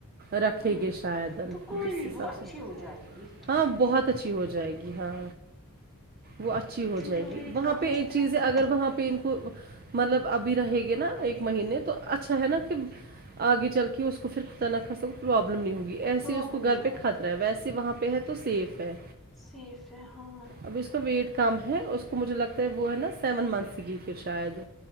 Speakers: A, on the right; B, in the centre.
A: رکھیں
B: ہاں
A: گے شاید
B: تو کوئی
A: جس
B: نہیں
A: حساب
B: وہ اچھی
A: سے
B: ہو جائے گی
A: ہاں بہت اچھی ہو جائے گی ہاں وہ اچھی ہو
B: جن
A: جائے
B: کا
A: گی
B: ویٹ
A: وہاں
B: کم
A: پہ ایک
B: ہوتا
A: چیز
B: ان کو
A: ہے اگر وہاں پہ ان کو مطلب ابھی رہے گی نا ایک مہینے تو اچھا ہے نا کہ آگے چل کے اس کو پھر خدا نہ خواستہ کوئی پرابلم نہیں ہوگی ایسے
B: پرابلم
A: اس گھر
B: نہیں
A: پہ
B: ہو
A: خطرہ ہے ویسے وہاں پہ ہے تو سیف ہے
B: سیف ہے ہاں
A: اب اس کا ویٹ کم ہے اس کو مجھے لگتا ہے وہ ہے نا سیون منتھس کی کچھ شاید